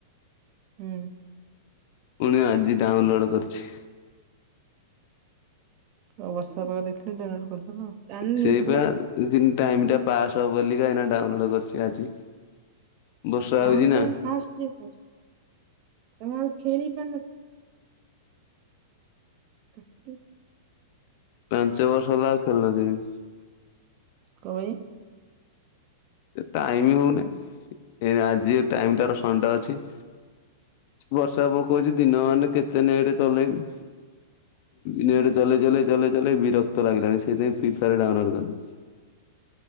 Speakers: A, on the right (about 45°); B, on the left (about 55°).
A: ହୁଁ।
B: ଫୁଣି ଆଜି ଡାଉନଲୋଡ୍ କରିଛି।
A: ଆଉ ବର୍ଷା ପାଗ ଦେଖିଲେ ଡାଉନଲୋଡ୍ କରିଦେଲ। ଜାଣିନୁ
B: ସେଇପା
A: ବୁଢା
B: ଜେନ୍ତୀ ଟାଇମ୍ ଟା ପାସ୍ ହବ ବୋଲି କା, ଡାଉନଲୋଡ୍ କରୁଛି ଆଜି। ବର୍ଷା
A: କଣ
B: ହଉଛି ନା
A: ପାଇଁ ଫାଷ୍ଟ <unintelligible> ତମେ ଆଉ ଖେଳି ପାରୁନ? କାଟୁ
B: ପାଞ୍ଚ ବର୍ଷ ହେଲା ଆଉ ଖେଳୁ <unintelligible>
A: କଣ ପାଇଁ?
B: ଟାଇମ ହଉନି, ଆଜି ଏ ଟାଇମଟାର ସନ୍ ଡେ ଅଛି। ବର୍ଷା ପକଉଛି, ଦିନ ମାନେ କେତେ ନେଟ୍ ଚଲେଇବି? ନେଟ ଚଲେଇ ଚଲେଇ ଚଲେଇ ଚଲେଇ ବିରକ୍ତ ଲାଗିଲାଣି, ସେଇଥିପାଇଁ ଫ୍ରି ଫାୟାର ଡାଉନଲୋଡ କଲି।